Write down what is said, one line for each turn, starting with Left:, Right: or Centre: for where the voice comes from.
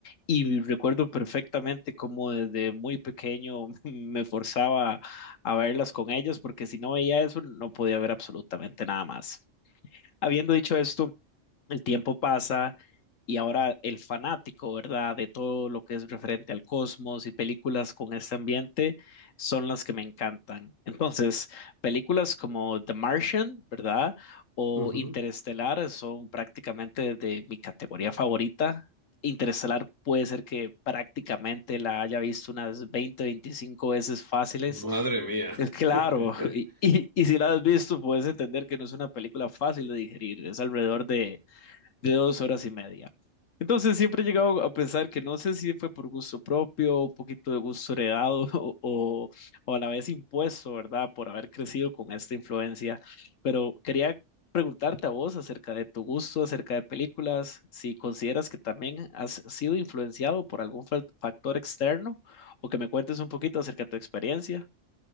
Left: Y recuerdo perfectamente cómo desde muy pequeño <laughs> me forzaba a verlas con ellos, porque si no veía eso, no podía ver absolutamente nada más. Habiendo dicho esto, el tiempo pasa y ahora el fanático, ¿verdad? De todo lo que es referente al cosmos y películas con este ambiente son las que me encantan. Entonces, películas como The Martian, ¿verdad? O
Right: ujú.
Left: Interestelar son prácticamente de mi categoría favorita. Interestelar puede ser que prácticamente la haya visto unas 20, 25 veces fáciles.
Right: Madre mía.
Left: Es Claro,
Right: <laughs>
Left: <laughs> y, y- y si la has visto, puedes entender que no es una película fácil de digerir. Es alrededor de de dos horas y media. Entonces siempre he llegado a pensar que no sé si fue por gusto propio, un poquito de gusto heredado <laughs> o, o, o a la vez impuesto, ¿verdad? Por haber crecido con esta influencia. Pero quería preguntarte a vos acerca de tu gusto, acerca de películas, si consideras que también has sido influenciado por algún fa- factor externo o que me cuentes un poquito acerca de tu experiencia.